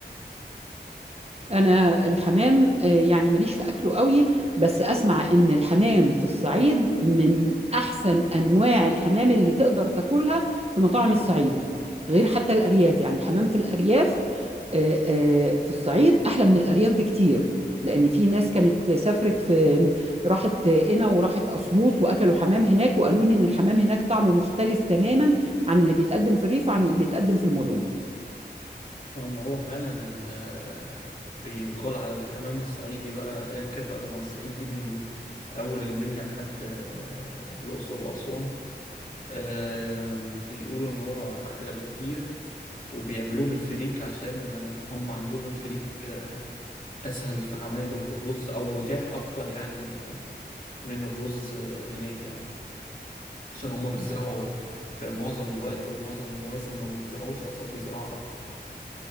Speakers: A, on the right; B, on the left.
A: انا الحمام آه، يعني ماليش في اكله قوي بس اسمع ان الحمام في الصعيد من احسن انواع الحمام اللي تقدر تاكلها في مطاعم الصعيد غير حتى الارياف يعني الحمام في الارياف آه، آه، في الصعيد احلى من الارياف بكتير لان في ناس كانت سافرت في راحت قنا وراحت اسيوط واكلوا حمام هناك وقالوا لي ان الحمام هناك طعمه مختلف تماما عن اللي بيتقدم في الريف وعن اللي بيتقدم في المدن
B: ما هو فعلا ال- آه، بيقال على الحمام الصعيدي بقى ايا يعني كان بقى ما الصعيد دي من اول المنيا لحد آه، الاقصر واسوان آم، بيقولوا ان هو احلى بكتير وبيعملوه بالفريك عشان آه، هم عندهم الفريك آه، اسهل في عمايله في الرز او متاح اكتر يعني آه، من الرز آه، هناك يعني عشان هم بيزرعوا في معظم الوقت ومعظم المواسم لو ما بيزرعوش قصب بيزرعوا قمح